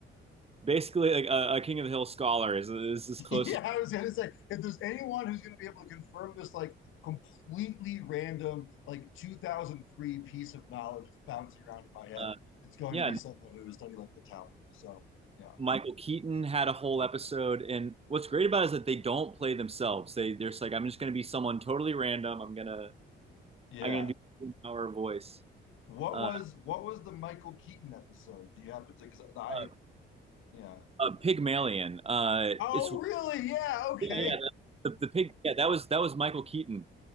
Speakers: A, on the right; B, on the left.
A: basically like a, a King of the Hill scholar is is as close.
B: Yeah, I was gonna say if there's anyone who's gonna be able to confirm this like completely random like 2003 piece of knowledge that's bouncing around in my head,
A: Uh,
B: it's going
A: yeah,
B: to be someone who has studied like the Talmud. So yeah,
A: Michael Keaton had a whole episode, and what's great about it is that they don't play themselves. They they're just like, I'm just gonna be someone totally random. I'm gonna
B: yeah.
A: I'm gonna do our voice.
B: What
A: Uh,
B: was what was the Michael Keaton episode? Do you happen to? Because I
A: uh,
B: yeah.
A: uh, Pygmalion. Uh,
B: Oh
A: it's yeah,
B: really? Yeah. Okay.
A: yeah the, the pig. Yeah, that was that was Michael Keaton.